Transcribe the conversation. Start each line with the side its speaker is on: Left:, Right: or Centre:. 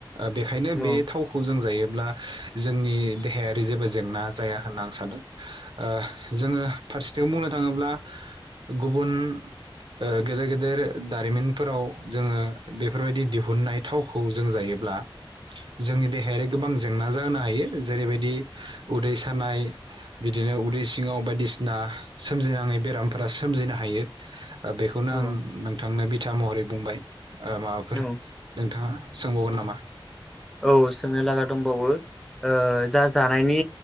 Right: बेखायनो
Centre: औ
Right: बे थावखौ जों जायो। अब्ला जोंनि देहायारि जेबो जेंना जाया होनना आं सानो। ओ जोङो जों बुंनो थाङोब्ला गुबुन ओ गेदेर गेदेर दारिमिनफोराव जोङो बेफोरबायदि दिहुननाय थावखौ जों जायोब्ला जोंनि देहायारि गोबां जेंना जानो हायो। जेरैबाय दि उदै सानाय बिदिनो उदै सिङाव बायदिसिना सोमजिनाङै बेरामफोरा सोमजिनो हायो। बेखौनो
Centre: औ
Right: आं नोंथांनो बि था महरै बुंबाय। माबाफोर
Centre: औ
Right: नोंथाङा सोंबावगोन नामा?
Centre: औ सोंनो लागा दंबावो। ओ दा जानायनि